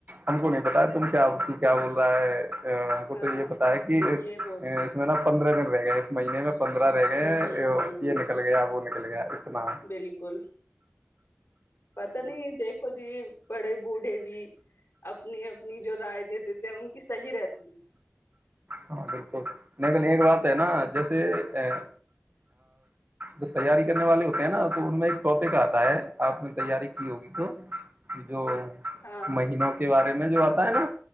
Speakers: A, on the right; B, on the left.
A: ہم کو نہیں بتا ہے تم کیا کیا بول رہا ہے ہم کو
B: ہاں
A: تو یہ پتا ہے کہ
B: یہ بولتی
A: اس
B: ہے
A: میں نا پندرہ دن رہ گیا اس مہینے میں پندرہ
B: ہ
A: رہ
B: ہ
A: گئے
B: ہ
A: ہیں
B: ہ
A: یہ نکل گیا وہ نکل گیا اتنا
B: بالکل پتا نہیں دیکھو جی بڑے بوڑھے بھی اپنی اپنی جو رائے دیتے تھے ان کی صحیح رہتی تھی
A: ہاں بالکل لیکن ایک بات ہے نا جیسے ا جو تیاری کرنے والے ہوتے ہیں نا تو ان میں ایک ٹاپک آتا ہے آپ نے تیاری کی ہوگی تو جو
B: ہاں
A: مہینوں کے بارے میں جو آتا ہے نا